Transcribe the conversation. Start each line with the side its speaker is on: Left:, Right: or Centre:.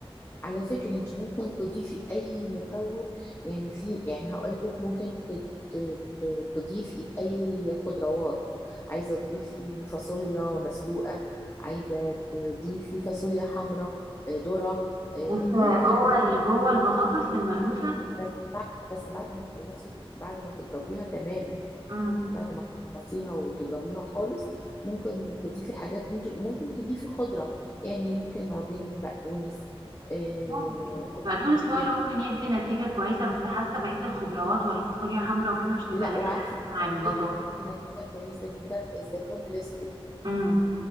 Left: على فكرة انت ممكن تضيفي اي مكون يعني في يعني هقول لك ممكن ت- ت- ت- تضيفي اي خضروات عايزة تضيفي فاصوليا مسلوقة عايزة تضيفي فاصوليا حمراء آه، ذرة آه،
Right: بس
Left: ممكن
Right: جوه
Left: مع
Right: ال- جوه البطاطس المهروسه
Left: بس بعد بس بعد ما تخلصي بعد ما تضربيها تماما
Right: امم
Left: بعد ما تخلصيها وتضربيها خالص ممكن تضيفي حاجات من دي وممكن تضيفي خضرة يعني ممكن عودين بقدونس آه
Right: ممكن البقدونس هو
Left: كده
Right: اللي ممكن يدي نتيجه كويسه بس حاسه بقيه الخضروات ولا فاصوليا حمراء وكده مش تبقى
Left: لا
Right: لايقه
Left: وعارفة
Right: قوي مع البطاطس
Left: ايه اللي بيدي نتيجة كويسة جدا الزيتون الأسود
Right: امم